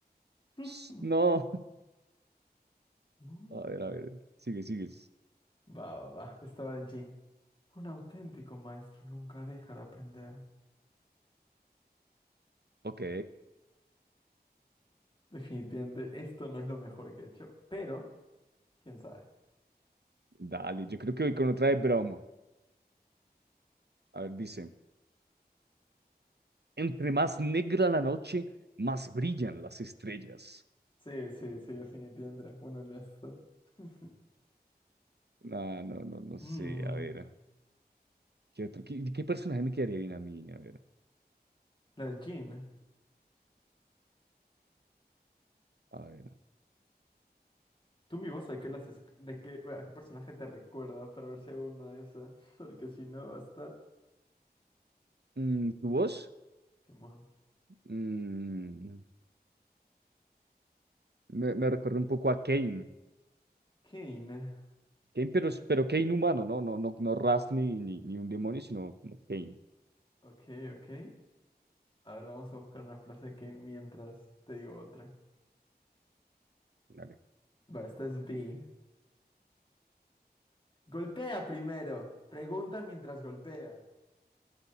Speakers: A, on the left; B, on the right.
A: <laughs>
B: Ps, No,
A: Muy.
B: <laughs> a ver, a ver, sigue, sigue.
A: Va, va, va. Estaba de G. Un auténtico maestro nunca deja de aprender.
B: Ok,
A: Definitivamente, esto no es lo mejor que he hecho, pero quién sabe.
B: dale, yo creo que voy con otra de Bramo. A ver, dice, entre más negra la noche, más brillan las estrellas.
A: Sí, sí, sí, definitivamente eres bueno en eso. <laughs>
B: No, no, no, no
A: Mm,
B: sé. A ver, ¿qué otro? ¿Qué, qué personaje me quedaría bien a mí? A ver,
A: la de Jean.
B: a ver.
A: Tú mi voz, ¿de qué las esc- de qué, bueno, a qué personaje te recuerda para ver si hago una de esas? <laughs> Porque si no va a estar.
B: Mm, ¿tu voz?
A: Simón.
B: Mm, me, me recuerda un poco a Kane.
A: Kane.
B: Kane, pero, es- pero Kane humano, ¿no? No, no, no Raz ni, ni, ni un demonio, sino como Kane.
A: Ok, ok. A ver, vamos a buscar una frase de Kane mientras te digo otra.
B: Dale.
A: Va, esta es B. Golpea primero. Pregunta mientras golpeas.